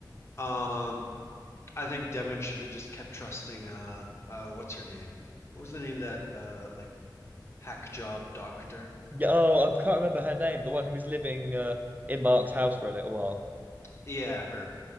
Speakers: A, on the left; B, on the right.
A: Um, I think Devin should have just kept trusting uh uh what's her name? What was the name of that uh like hack job doctor?
B: yeah. Oh, I can't remember her name. The one who was living uh in Mark's house for a little while.
A: Yeah, her.